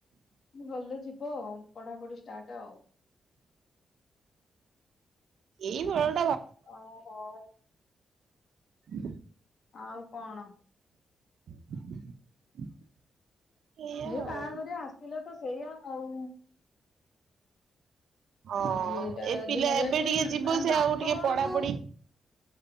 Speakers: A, on the left; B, on the right.
A: ମୁଁ ଗଲେ ଯିବି ହଁ ପଢାପଢି ଷ୍ଟାର୍ଟ ଆଉ।
B: <inaudible> ଏଇ ଘରର
A: ଓ ହୋ।
B: <unintelligible>
A: ଆଉ କଣ?
B: <unintelligible> ଏଇଆ
A: ଏ
B: ଆଉ।
A: ବାହାଘରିଆ ଆସିଥିଲେ ତ ସେଇଆ ଆଉ
B: ହଁ
A: ଆଜି ଏଇଟା
B: ଏ ପିଲା
A: ଦିନ ଯାଇପାରିବନି
B: ଏବେ ଟିକେ ଯିବ ସେ
A: ବାପ
B: ଆଉ ଟିକେ
A: ଘରକୁ
B: ପଢାପଢି